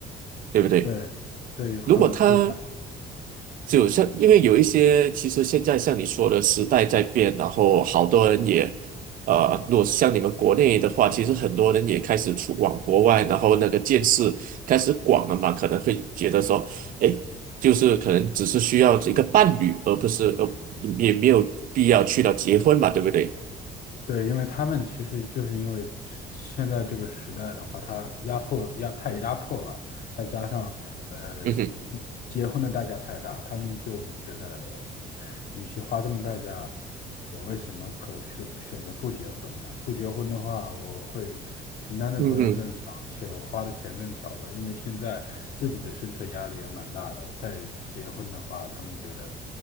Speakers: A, on the right; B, on the left.
A: 对不对？
B: 对对，很就像
A: 如果他就像，因为有一些，其实现在像你说的，时代在变，然后好多人也，呃，如果像你们国内的话，其实很多人也开始出往国外，然后那个见识开始广了嘛，可能会觉得说，诶，就是可能只是需要一个伴侣，而不是呃，也没有必要去到结婚嘛，对不对？
B: 对，因为他们其实就是因为现在这个时代的话，他压迫压太压迫了，再加上呃
A: 嗯哼，
B: 结婚的代价太大，他们就觉得，与其花这么代价，我为什么可选选择不结婚呢？不结婚的话，我会承担的责任更少，
A: 嗯哼，
B: 而且我花的钱更少吧。因为现在自己的生存压力也蛮大的，再结婚的话，他们觉得